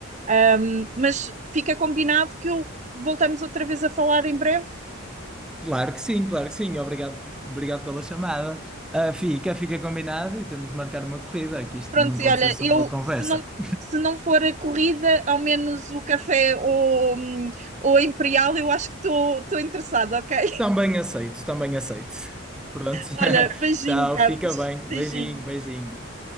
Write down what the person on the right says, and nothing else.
Ahm, mas fica combinado que eu voltamos outra vez a falar em breve
Pronto,
e olha,
eu
se não, se não for a corrida, ao menos o café ou, hum, ou a Imperial, eu acho que estou interessada, ok? <laughs>
Olha,
beijinho,
Carlos.
Beijinho.